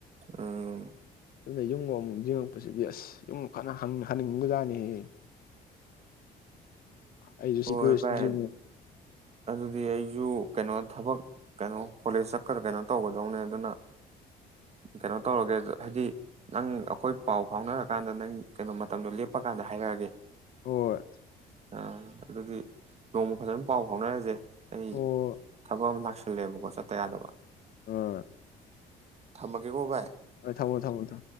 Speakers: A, on the right; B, on the left.
A: ꯎꯝ
B: ꯑꯗꯨꯅ ꯌꯨꯝ ꯑꯃꯃꯨꯛ ꯌꯦꯡꯉꯛꯄꯁꯤꯗꯤ ꯑꯁ ꯌꯨꯝ ꯀꯅ ꯍꯟꯅꯤꯡꯒꯖꯥꯅꯤꯍ ꯑꯩꯁꯨ
A: ꯍꯣꯏ
B: ꯁꯤꯀꯟꯁꯟ
A: ꯚꯥꯏ
B: ꯁꯦ ꯃꯨꯛ
A: ꯑꯗꯨꯗꯤ ꯑꯩꯁꯨ ꯀꯩꯅꯣ ꯊꯕꯛ ꯀꯩꯅꯣ ꯀꯣꯂꯦꯖ ꯆꯠꯀꯗ ꯀꯩꯅꯣ ꯇꯧꯒꯗꯧꯅꯦ ꯑꯗꯨꯅ ꯀꯩꯅꯣ ꯇꯧꯔꯒꯦ ꯍꯥꯏꯗꯤ ꯅꯪ ꯑꯩꯈꯣꯏ ꯄꯥꯎ ꯐꯥꯎꯅꯔꯀꯥꯟꯗ ꯅꯪ ꯀꯩꯅꯣ ꯃꯇꯝꯗꯣ ꯂꯦꯞꯄꯀꯥꯟꯗ ꯍꯥꯏꯔꯛꯑꯒꯦ
B: ꯍꯣꯏ
A: ꯑꯥ ꯑꯗꯨꯒꯤ ꯅꯣꯡꯃ ꯐꯖꯅ ꯄꯥꯎ ꯐꯥꯎꯅꯔꯁꯦ ꯑꯩ
B: ꯍꯣꯏ
A: ꯊꯕꯛ ꯑꯃ ꯂꯥꯛꯆ ꯈꯜꯂꯦꯕꯀꯣ ꯆꯠꯇ ꯌꯥꯗꯕ
B: ꯑꯥ
A: ꯊꯝꯃꯒꯦꯀꯣ ꯚꯥꯏ
B: ꯊꯕꯣ ꯊꯕꯣ ꯊ